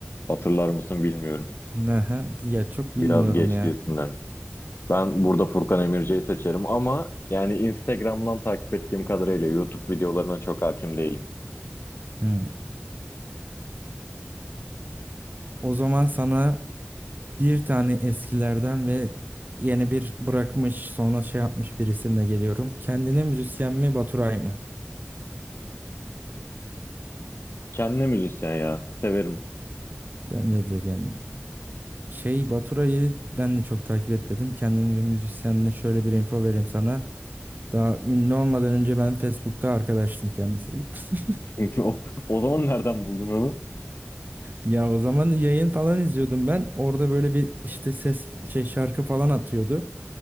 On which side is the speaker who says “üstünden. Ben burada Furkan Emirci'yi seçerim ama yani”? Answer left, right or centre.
Left